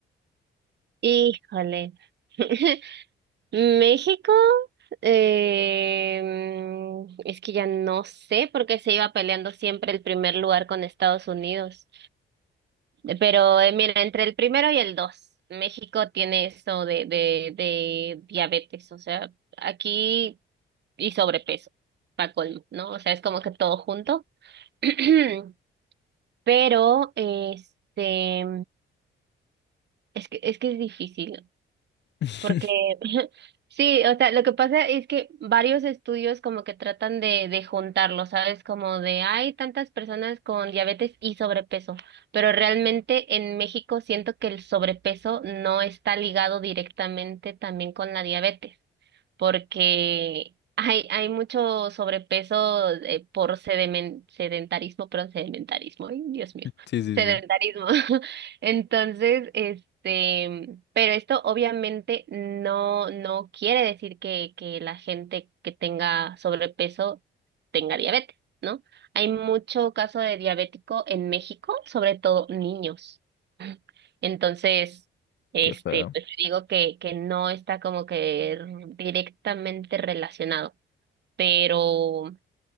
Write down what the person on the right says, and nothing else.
Híjole. <laughs> México, em, es que ya no sé por qué se iba peleando siempre el primer lugar con Estados Unidos. Pero eh, mira, entre el primero y el dos, México tiene eso de, de, de diabetes, o sea, aquí y sobrepeso, para colmo, ¿no? O sea, es como que todo junto. <clears throat> Pero, este, es que, es que es difícil,
porque <laughs> sí, o sea, lo que pasa es que varios estudios como que tratan de, de juntarlo, ¿sabes? Como de hay tantas personas con diabetes y sobrepeso, pero realmente en México siento que el sobrepeso no está ligado directamente también con la diabetes porque hay, hay mucho sobrepeso eh, por sedemen- sedentarismo, perdón, sedentarismo, ay, Dios mío,
sedentarismo.
<laughs> Entonces, este, pero esto obviamente no, no quiere decir que, que la gente que tenga sobrepeso tenga diabetes, ¿no? Hay mucho caso de diabético en México, sobre todo niños. Entonces, este,
pues digo que, que no está como que r- directamente relacionado, pero